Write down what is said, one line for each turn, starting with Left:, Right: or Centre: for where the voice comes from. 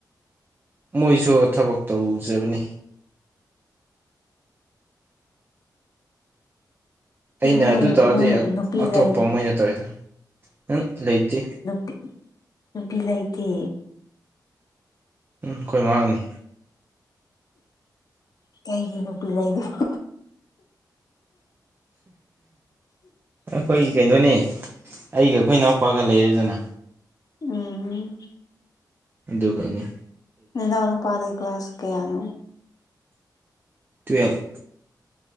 Right: ꯃꯣꯏꯁꯨ ꯊꯕꯛ ꯇꯧꯖꯕꯅꯤ ꯑꯩꯅ
Left: ꯅꯣꯏ
Right: ꯑꯗꯨ ꯇꯧꯔꯗꯤ
Left: ꯅꯣꯏ ꯅꯨꯄꯤ
Right: ꯑꯇꯣꯞꯄ
Left: ꯂꯩ
Right: ꯃꯣꯏꯅ ꯇꯣꯏꯗꯣ ꯎ ꯂꯩꯇꯦ
Left: ꯅꯨꯄꯤ ꯅꯨꯄꯤ ꯂꯩꯇꯤ
Right: ꯎꯝ ꯑꯩꯈꯣꯏ ꯃꯥꯥ ꯍꯪꯅꯤ
Left: ꯀꯩꯒꯤ ꯅꯨꯄꯤ ꯂꯩꯗꯔꯣ
Right: ꯑꯈꯣꯏꯒꯤ ꯀꯩꯅꯣꯅꯦ ꯑꯩꯒ ꯈꯣꯏ ꯏꯅꯥꯎꯄꯥꯒ ꯂꯩꯔꯦꯗꯅ
Left: ꯎꯝ
Right: ꯑꯗꯨ ꯒꯛꯅꯤ
Left: ꯅꯅꯥꯎ ꯅꯨꯄꯥꯗꯤ ꯀ꯭ꯂꯥꯁꯥ ꯀꯌꯥꯅꯣ
Right: ꯇ꯭ꯨꯋꯦꯜꯞ